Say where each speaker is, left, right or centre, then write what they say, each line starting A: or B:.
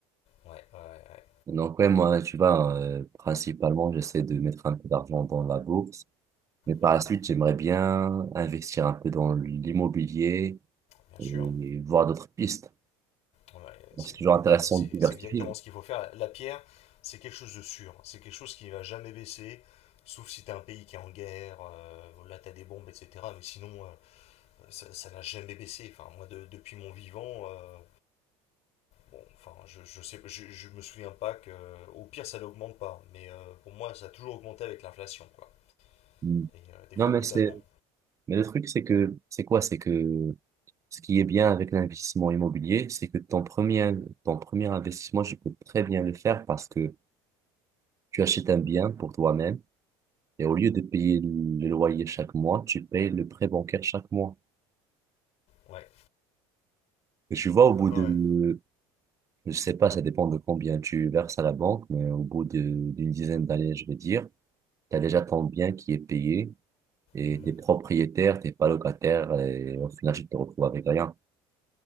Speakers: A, on the left; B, on the right.
A: ouais, ouais, ouais.
B: Donc ouais, moi, tu vois, euh, principalement, j'essaie de mettre un peu d'argent dans la bourse. Mais par
A: Mhm,
B: la suite, j'aimerais bien investir un peu dans l'immobilier
A: bien sûr.
B: et voir d'autres pistes.
A: Ouais,
B: Donc,
A: c'est
B: c'est toujours intéressant
A: non, non, c'est-
B: de diversifier.
A: c'est exactement ce qu'il faut faire. La pierre, c'est quelque chose de sûr. C'est quelque chose qui ne va jamais baisser, sauf si tu as un pays qui est en guerre, euh, là tu as des bombes, etc. Mais sinon, euh, ça ça n'a jamais baissé. Enfin, moi, de- depuis mon vivant, euh, Bon, enfin, je, je sais, je, je me souviens pas que. Au pire, ça n'augmente pas. Mais euh, pour moi, ça a toujours augmenté avec l'inflation, quoi.
B: Hum.
A: Et euh, des fois
B: Non, mais
A: brutalement.
B: c'est Mais le truc, c'est que, c'est quoi? C'est que ce qui est bien avec l'investissement immobilier, c'est que ton premier, ton premier investissement, tu peux très bien le faire parce que tu achètes un bien pour toi-même et au lieu de payer le loyer chaque mois, tu payes le prêt bancaire chaque mois.
A: Ouais.
B: Et tu vois, au bout de,
A: Ouais.
B: je sais pas, ça dépend de combien tu verses à la banque, mais au bout de- d'une dizaine d'années, je veux dire, tu as déjà ton bien qui est payé et
A: Mhm.
B: t'es propriétaire, t'es pas locataire et au final, tu te retrouves avec rien.